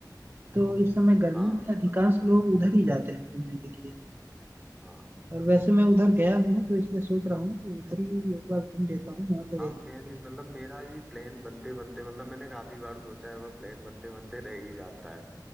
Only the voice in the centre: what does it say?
हाँ
बिल्कुल
बिल्कुल
हाँ
हाँ मैं भी मतलब मेरा भी प्लान बनते बनते मतलब मैंने काफी बार सोचा है पर प्लान बनते बनते रह ही जाता है